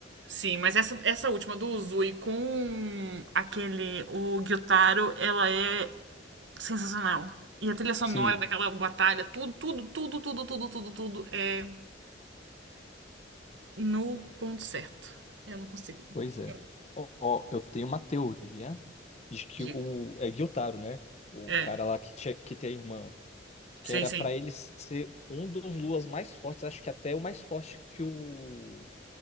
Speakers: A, on the right; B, on the left.
A: Sim, mas essa, essa última do Uzui com aquele, o Gyutaro, ela é sensacional. E a trilha sonora
B: Sim.
A: daquela batalha, tudo, tudo, tudo, tudo, tudo, tudo, tudo é no ponto certo. Eu não consigo.
B: Pois é.
A: Eu-
B: Ó, ó, eu tenho uma teoria de que
A: Diga.
B: o. É Gyutaro, né? O
A: É.
B: cara lá que, tinha... que tem a irmã.
A: Sim,
B: Que era
A: sim.
B: pra ele ser um dos Luas mais fortes. Acho que até o mais forte que o.